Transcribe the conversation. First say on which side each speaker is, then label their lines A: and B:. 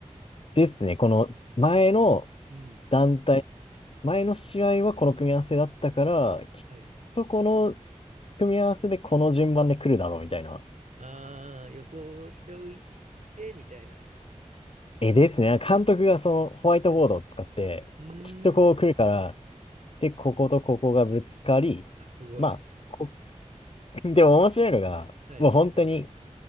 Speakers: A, on the left; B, on the right.
A: ですね。この前の
B: うん。
A: 団体、前の試合はこの組み合わせだったから、きっとこの
B: はい。
A: 組み合わせでこの順番で来るだろうみたいな。
B: ああ、予想しておいて、みたいな。
A: え、ですね。監督がそのホワイトボードを使って、
B: うーん。
A: きっとこう来るから、で、こことここがぶつかり、
B: あ、すごい。
A: まあ、こ <laughs> でも面白いのが、
B: はい。
A: もう本当に